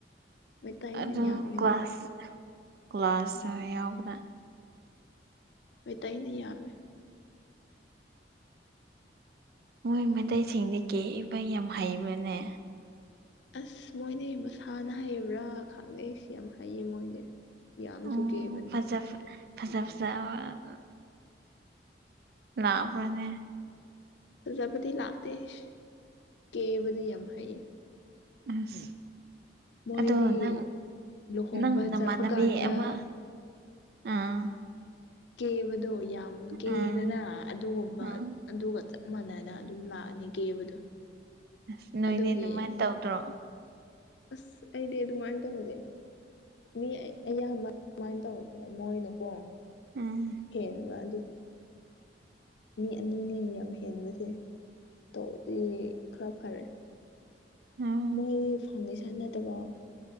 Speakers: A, on the left; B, on the right.
A: ꯃꯩꯇꯩꯅ
B: ꯑꯗꯨ
A: ꯌꯥꯝꯃꯤꯗ
B: ꯀ꯭ꯂꯥꯁ, ꯀ꯭ꯂꯥꯁ ꯁꯥ ꯌꯥꯎꯕꯔꯥ꯫
A: ꯃꯩꯇꯩꯅ ꯌꯥꯝꯃꯦ
B: ꯃꯣꯏ ꯃꯩꯇꯩꯁꯤꯡꯗꯤ ꯀꯦꯕꯥ ꯌꯥꯝ ꯍꯩꯕꯅꯦ꯫
A: ꯑꯁ ꯃꯣꯏꯗꯤ ꯃꯁꯥꯅ ꯍꯩꯕ꯭ꯔꯥ ꯈꯪꯗꯦ ꯏꯁ ꯌꯥꯝ ꯍꯩꯌꯦ ꯃꯣꯏꯗꯤ ꯌꯥꯝꯁꯨ
B: ꯑꯣ
A: ꯀꯦꯕꯅꯦ
B: ꯐꯖꯕ ꯐꯖ ꯐꯖꯕ꯫ ꯂꯥꯛꯕ꯭ꯔꯥꯅꯦ꯫
A: ꯐꯖꯕꯗꯤ ꯂꯥꯛꯇꯦ ꯍꯁ ꯀꯦꯕꯗꯤ ꯌꯥꯝ ꯍꯩ꯫
B: ꯑꯁ
A: ꯃꯣꯏꯗꯤ
B: ꯑꯗꯣ ꯅꯪ
A: ꯂꯨꯍꯣꯡꯕ
B: ꯅꯪ ꯅꯃꯥꯟꯅꯕꯤ
A: ꯆꯠꯄ ꯀꯥꯟꯗ
B: ꯑꯃ, ꯑꯥ
A: ꯀꯦꯕꯗꯣ ꯌꯥꯝ ꯀꯦꯗꯅ
B: ꯑꯥ
A: ꯑꯗꯨꯒꯨꯝꯕ꯫
B: ꯎꯝ
A: ꯑꯗꯨꯒ ꯆꯞ ꯃꯥꯟꯅꯅ ꯑꯗꯨꯝ ꯂꯥꯛꯑꯅꯤ ꯀꯦꯕꯗꯣ꯫
B: ꯑꯁ ꯅꯣꯏꯗꯤ
A: ꯑꯗꯨꯒꯤ
B: ꯑꯗꯨꯃꯥꯏꯅ ꯇꯧꯇ꯭ꯔꯣ?
A: ꯑꯁ ꯑꯩꯗꯤ ꯑꯗꯨꯃꯥꯏꯅ ꯇꯧꯗꯦ꯫ ꯃꯤ ꯑꯌꯥꯝꯕ ꯑꯗꯨꯃꯥꯏꯅ ꯇꯧꯕꯗ ꯃꯣꯏꯅꯀꯣ
B: ꯎꯝ
A: ꯍꯦꯟꯕ ꯑꯗꯨꯒꯤ꯫ ꯃꯤ ꯑꯅꯤꯅꯦ ꯌꯥꯝ ꯍꯦꯟꯕꯁꯦ ꯇꯧꯗꯤꯌꯦ ꯈꯔ ꯐꯔꯦ꯫
B: ꯍꯥꯎ꯫
A: ꯃꯣꯏ ꯐꯥꯎꯟꯗꯦꯁꯟ ꯅꯠꯇꯕ